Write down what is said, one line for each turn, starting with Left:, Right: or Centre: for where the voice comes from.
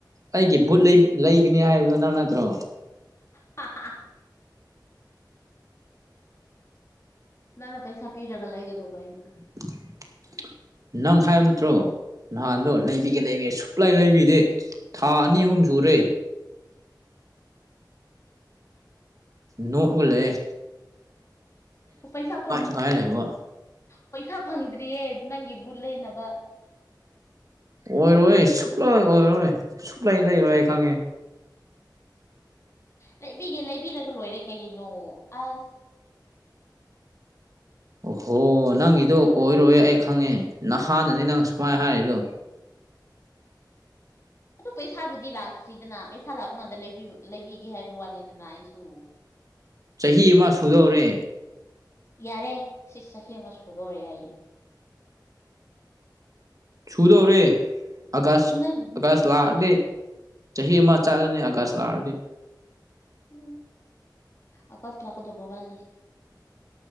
Right: ꯑꯩꯒꯤ ꯕꯨꯠ ꯂꯩꯒꯅꯤ ꯍꯥꯏꯕꯗꯣ ꯅꯪ ꯅꯠꯇ꯭ꯔꯣ
Left: ꯍꯥꯍꯥ ꯅꯪ ꯅ ꯄꯩꯁꯥ ꯄꯤꯔꯒ ꯂꯩꯒꯗꯧꯕ ꯑꯩꯅ
Right: <inaudible> ꯅꯪ ꯍꯥꯏꯕ ꯅꯠꯇ꯭ꯔꯣ ꯅꯍꯥꯟꯗꯣ ꯂꯩꯕꯤꯒꯦ ꯂꯩꯕꯤꯒꯦ ꯁꯨꯛꯂꯥꯏ ꯂꯩꯕꯤꯗꯦ ꯊꯥ ꯑꯅꯤ ꯑꯍꯨꯝ ꯁꯨꯔꯦ ꯅꯣꯛꯑꯒ ꯂꯩꯌꯦ
Left: ꯄꯩꯁꯥ ꯐꯪ
Right: ꯉꯥꯏ ꯂꯩꯕ
Left: ꯄꯩꯁꯥ ꯐꯪꯗ꯭ꯔꯤꯌꯦ ꯅꯪꯒꯤ ꯕꯨꯠ ꯂꯩꯅꯕ
Right: ꯑꯣꯏꯔꯣꯏ ꯁꯨꯛꯂꯣꯏ ꯑꯣꯏꯔꯣꯏ ꯁꯨꯛꯂꯩ ꯂꯩꯔꯣꯏ ꯑꯪ ꯈꯪꯉꯦ
Left: ꯂꯩꯕꯤꯒꯦ ꯂꯩꯕꯤꯔꯒ ꯂꯣꯏꯔꯦ ꯀꯩꯩꯅꯣ ꯑꯁ
Right: ꯑꯣꯍꯣ ꯅꯪꯒꯤꯗꯣ ꯑꯣꯏꯔꯣꯏ ꯑꯩ ꯈꯪꯉꯦ ꯅꯍꯥꯟꯅꯅꯤ ꯅꯪ ꯁꯨꯃꯥꯏꯅ ꯍꯥꯏꯔꯛꯗꯣ
Left: ꯑꯗꯨ ꯄꯩꯁꯥꯕꯨꯗꯤ ꯂꯥꯛꯇ꯭ꯔꯤꯗꯅ ꯄꯩꯁꯥ ꯂꯥꯛꯄ ꯀꯥꯟꯗ ꯂꯩꯕꯤꯒꯦ ꯍꯥꯏꯕ ꯋꯥꯅꯤꯗꯅ ꯑꯩꯁꯨ
Right: ꯆꯍꯤ ꯑꯃ ꯁꯨꯗꯧꯔꯦ
Left: ꯌꯥꯔꯦ ꯁꯤ ꯆꯍꯤ ꯑꯃ ꯁꯨꯗꯣꯔꯑꯦ ꯑꯩ
Right: ꯁꯨꯗꯧꯔꯦ ꯑꯥꯒꯁ
Left: ꯅꯪꯒꯤꯗꯤ
Right: ꯑꯥꯒꯁ ꯂꯥꯛꯑꯅꯦ ꯆꯍꯤ ꯑꯃ ꯆꯠꯂꯅꯤ ꯑꯥꯒꯁ ꯂꯥꯛꯑꯗꯤ
Left: ꯎꯝ ꯑꯀꯥꯁ ꯂꯥꯛꯀꯗ ꯍꯕꯕꯜꯂꯤ